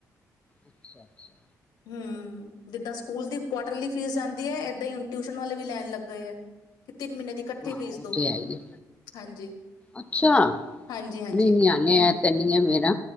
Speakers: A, on the left; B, on the left.
A: ਅੱਛਾ ਅੱਛਾ
B: ਹਮ ਜਿੱਦਾਂ ਸਕੂਲ ਦੀ ਕੁਆਟਰਲੀ ਫੀਸ ਜਾਂਦੀ ਹੈ ਏਦਾਂ ਹੀਣ ਟਿਊਸ਼ਨ ਵਾਲੇ ਵੀ ਲੈਣ ਲੱਗੇਏ ਹੈ ਤਿੰਨ ਮਹੀਨੇ ਦੀ ਇਕੱਠੀ
A: ਹਾਂ
B: ਫੀਸ
A: ਉਹ
B: ਦੋ
A: ਤੇ ਆ ਹੀ ਆ
B: ਹਾਂਜੀ
A: ਅੱਛਾ
B: ਹਾਂਜੀ ਹਾਂਜੀ
A: ਨਹੀਂ ਨ ਆਨ ਐ ਤੇ ਨਹੀਂੀ ਆ ਮੇਰਾ